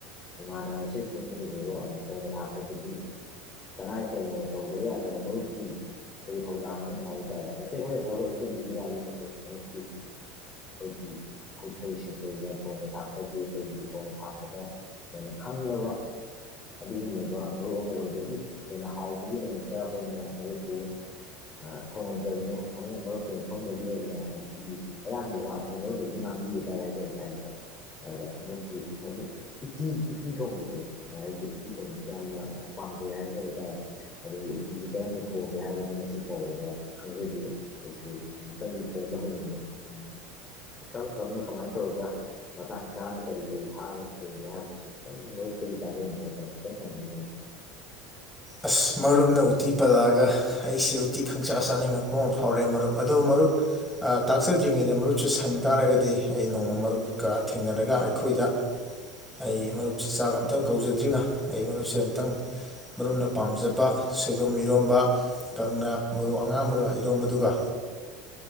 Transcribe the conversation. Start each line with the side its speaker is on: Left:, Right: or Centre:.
Left: ꯏꯃꯥꯟꯅꯕꯁꯤ ꯄꯨꯨꯝꯕꯗꯗꯒꯤꯔꯣ ꯊꯣꯡꯕ ꯊꯥꯛꯄꯁꯤꯗꯤ ꯇꯉꯥꯏꯐꯗꯅ ꯇꯧꯗꯕ ꯌꯥꯗ ꯃꯗꯨꯈꯤ ꯑꯩꯈꯣꯏꯒꯤ ꯊꯧꯗꯥꯡ ꯑꯃ ꯍꯥꯏꯕ ꯇꯥꯔꯦ ꯉꯦ ꯑꯩꯈꯣꯏꯅ ꯊꯕꯛ ꯏꯪꯁꯤꯟꯕꯒꯤ ꯃꯥꯒꯤ ꯅꯠꯇꯦ ꯃꯔꯨꯞ ꯑꯩꯈꯣꯏꯒꯤ ꯍꯩꯊꯣꯏ ꯁꯤꯡꯊꯣꯏꯒ ꯊꯣꯡꯕ ꯊꯥꯛꯄꯒꯤ ꯑꯩꯈꯣꯏ ꯊꯣꯡꯕ ꯊꯥꯛꯄꯗ ꯍꯦꯟꯅ ꯈꯪꯂꯕ ꯑꯗꯨꯒꯨꯝꯂꯕ ꯃꯔꯨꯞ ꯑꯃ ꯑꯣꯏꯕꯒꯤ ꯍꯦꯟꯅ ꯍꯥꯎꯕꯒꯤꯗꯃꯛꯇ ꯠꯇꯅ ꯂꯩꯛꯇ ꯊꯣꯡꯍꯟꯖꯕꯅꯤ ꯍꯥꯏꯅ ꯃꯔꯨꯞꯄ ꯃꯐꯝꯗꯒꯤ ꯑꯣꯏꯅ ꯉꯁꯤꯒꯤ ꯑꯌꯥꯝꯕ ꯋꯥꯁꯤ ꯃꯔꯨꯅ ꯉ ꯇ ꯆ ꯑꯗ ꯃꯔꯤ ꯍꯥꯏꯗꯤ ꯎꯇꯤ ꯎꯇꯤ ꯊꯣꯡꯕꯁꯦ ꯑꯩꯗꯤ ꯎꯇꯤ ꯊꯣꯡꯕꯁꯦ ꯌꯥꯝꯅ ꯍꯥꯏꯖꯕ ꯇꯥꯔꯦ ꯑꯗꯨꯕꯨ ꯐꯤꯁꯦ ꯀꯔꯝꯅ ꯊꯣꯡꯒꯦ ꯍꯥꯏꯔꯒꯗꯤ ꯉꯁꯤ ꯐꯥꯎꯕꯗ ꯈꯪꯖꯗꯦ ꯑꯩꯁ ꯑꯃꯨꯛꯇꯪꯗꯤ ꯊꯣꯡꯕ ꯍꯩꯅꯤꯡꯉꯦ ꯎꯝ ꯀꯝ ꯀꯝꯅ ꯀꯃꯥꯏ ꯇꯧꯕꯒ ꯃꯇꯥꯡ ꯆꯥꯅ ꯀꯔꯤ ꯀꯔꯤ ꯊꯥꯛꯑꯒ ꯊꯣꯡꯒꯦ ꯍꯥꯏꯕꯗꯨꯁꯨ ꯈꯤꯇꯪ ꯃꯔꯨꯞꯛꯇꯒꯤ ꯇꯥꯖꯅꯤꯡꯒꯦ ꯍꯥꯏꯇꯥꯔꯦ ꯈꯤꯇꯪ ꯊꯝꯕꯤꯅꯤꯡꯉꯤ <inaudible>
Centre: ꯑꯁ ꯃꯔꯨꯞꯅ ꯎꯇꯤ ꯄꯜꯂꯛꯑꯒ ꯑꯩꯁꯦ ꯎꯇꯤ ꯈꯪꯆꯆꯥ ꯆꯥꯅꯤꯡꯉꯛꯄ ꯑꯃ ꯐꯥꯎꯔꯦ ꯃꯔꯨꯞ ꯑꯗꯣ ꯃꯔꯨꯛ ꯇꯥꯛꯆꯗ꯭ꯔꯤꯉꯩꯗ ꯃꯔꯨꯞꯁꯦ ꯁꯪ ꯇꯥꯔꯒꯗꯤ ꯑꯩ ꯅꯣꯡꯃ ꯃꯔꯨꯞꯀ ꯊꯦꯡꯅꯔꯒ ꯑꯩꯈꯣꯏꯗ ꯑꯩ ꯃꯔꯨꯞꯁꯦ ꯆꯥꯛ ꯑꯝꯇ ꯀꯧꯖꯗ꯭ꯔꯤꯅ ꯑꯩ ꯃꯔꯨꯞꯁꯦ ꯑꯃꯨꯇꯪ ꯃꯔꯨꯞꯅ ꯄꯥꯝꯖꯕ ꯁꯣꯏꯕꯨꯝ ꯏꯔꯣꯝꯕ ꯀꯪꯂꯅꯥ ꯃꯔꯨ ꯑꯉꯥꯡꯕꯒ ꯏꯔꯣꯝꯕꯗꯨꯒ
Left: <inaudible>